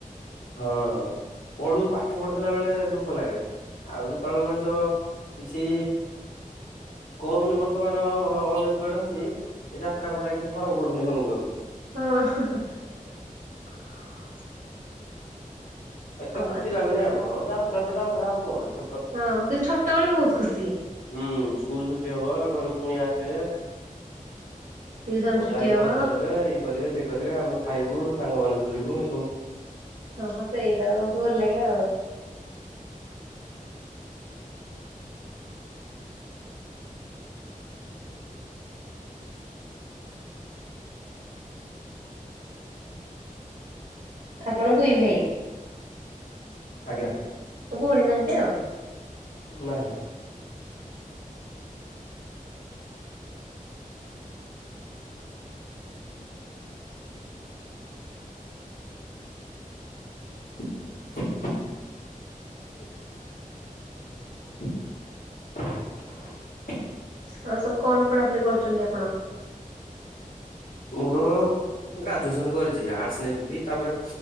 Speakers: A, on the left; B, on the right.
A: ହଁ ପଢୁ ପାଠ ପଢୁଥିଲା ବେଳେ ଦୁଃଖ ଲାଗେ ଆଉ ଯେତେବେଳେ ମଣିଷ କିଛି କରୁନି ବର୍ତ୍ତମାନ ଅନଏମ୍ପ୍ଲଏଡ ଅଛି ଯାତ୍ରା ଫାତ୍ରା କିଛି ଫରକ ପଡୁନି ଆମକୁ ଆ
B: ହଁ <inaudible>
A: ଏତେ
B: କଣ
A: ଖୁସି
B: କରିବା।
A: ଲାଗୁନି ଆଉ ରଥଯାତ୍ରା ଆଉ କଣ ଅଛି
B: ହଁ କିନ୍ତୁ ଛୋଟବେେଳେ ବହୁତ ଖୁସି।
A: ହୁଁ ସ୍କୁଲ ଛୁଟି ହବ ଘରକୁ ପୁଣି ଆସିବେ
B: ଟିଉସନ
A: ଅଜା
B: ଛୁଟି
A: ଆଈ
B: ହବ
A: ପଇସା ଦେବେ ଇଏ କରିବେ ସେଇଠି। କରିବେ ଆମେ ଖାଇବୁ ସାଙ୍ଗମାନୋନ ବୁଲିବୁ ଏ ସବୁ।
B: ହଁ ସେଇଟା ଭଲଲାଗେ। ଆପଣ ଦୁଇ ଭାଇ
A: ଆଜ୍ଞା
B: ଭଉଣୀ ନାହାନ୍ତି ଆଉ
A: ନାହିଁ ହ ହ <unintelligible> <unintelligible>
B: ଆଉ ସବୁ କଣ ପଢାପଢି କରୁଛନ୍ତି ଆପଣ
A: ମୋର ଗ୍ରାଜୁଏସନ କରିଛି ଆର୍ଟସ ନେଇଥିଲି ତାପରେ